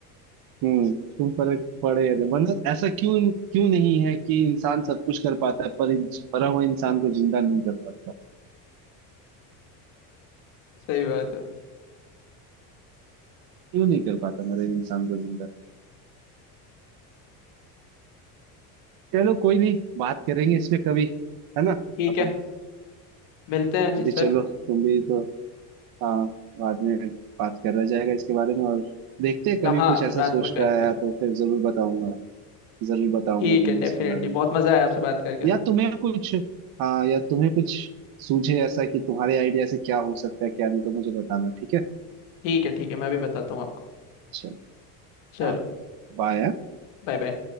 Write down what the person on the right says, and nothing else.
हम्म तुम फर्क पड़े या नहीं वरना ऐसा क्यों क्यों नहीं है कि इंसान सब कुछ कर पाता है पर इन- मरा हुआ इंसान को जिंदा नहीं कर पाता
क्यों नहीं कर पाता मरे इंसान को जिंदा चलो कोई नहीं बात करेंगे इस पे कभी है ना
अपन
अभी चलो
तुम भी तो हाँ बाद में बात करा जाएगा इसके बारे में और देखते हैं कभी
कुछ ऐसा
सोच
के आया
तो फिर जरूर बताऊंगा जरूर बताऊंगा
तुम्हें
इसके बारे में
सब
कुछ।
या तुम्हें कुछ हाँ या तुम्हें कुछ सूझे ऐसा कि तुम्हारे आइडिया से क्या हो सकता है क्या नहीं तो मुझे बताना ठीक है
चलो
हाँ बाय